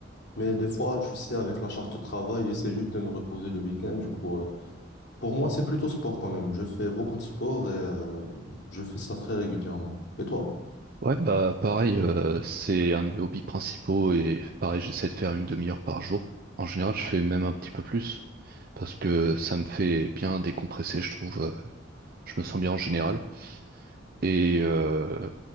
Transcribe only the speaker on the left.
Mais des fois, je sais, avec la charge de travail, j'essaie juste de me reposer le week-end. Du coup, euh, pour moi, c'est plutôt sport quand même. Je fais beaucoup de sport et euh, je fais ça très régulièrement. Et toi?